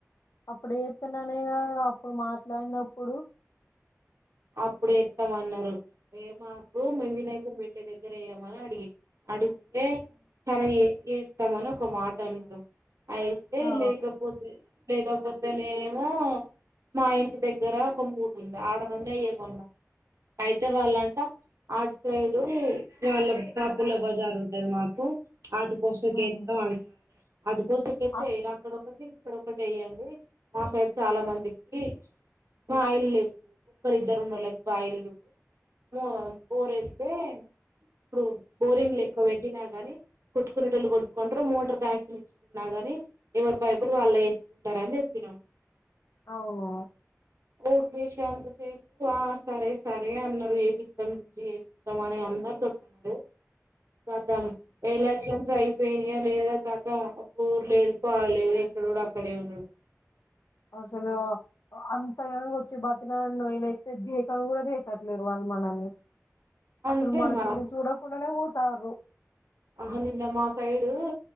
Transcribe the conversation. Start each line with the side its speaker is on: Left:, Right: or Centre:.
Left: అప్పుడు ఎత్తననేగా అప్పుడు మాట్లాడినప్పుడు
Right: అప్పుడే ఏత్తము అన్నారు ఏ మాకు వినాయకున్ని బేట్టే దగ్గర వెయ్యమ అడిగింది అడుగు ఏ సరే ఏ ఏస్తమని ఒక మాట అన్నారు అయితే
Left: ఆ
Right: లేకపోతే లేకపోతేనేమో మా ఇంటి దగ్గర ఒక మూడు ఉంది ఆడ అండే ఏమన్నా అయితే వాళ్ళంట ఆట్ సైడు వాళ్ళ కాపొల్ల బజార్ ఉంటది మాకు అటు కోసకేత్త
Left: ఉమ్
Right: అంటారు అటు కోసంకేత్తేరు
Left: అటు
Right: అక్కడ ఒకటి ఇక్కడ ఒకటి వేయండి మా సైడ్ చాలా మందికి మా ఆయిల్ ఇ ఒక్కరి ఇద్దరు ఉన్నోళ్ళకి బాయిలు నువ్వు మో బోర్ అయితే ఇప్పుడు బోరింగ్ ఎక్కువ పె కానీ కొట్టుకునేటోళ్ళు కొట్టుకుంటరు మోటార్ కనెక్షన్ ఇచ్చుకున్నా గానీ ఎవరి పైపులు వాళ్లే ఉంటారా అని చెప్పినాం
Left: అవును
Right: మూడ్ జేసినా సేపు ఆ సరే సరే అన్నరు ఏ పిత్తం రుజి ఏ పిత్తం అని అందరితోటి అన్నారు ఖతం ఎలక్షన్స్ అయి పెనియా లేదా కత ఊర్ లేదు పాలేదు ఎక్కడ కూడా అక్కడే ఉన్నాడు
Left: అసలు అంత గనంగా వచ్చే బత ననైతే దేకను కూడాదేకట్లేరు వాల్ మనని
Right: అంతే
Left: అసలు మనకెళ్ళి
Right: మరి
Left: చూడకుండానే పోతాండ్రు
Right: ఆహ నిన్న మా సైడు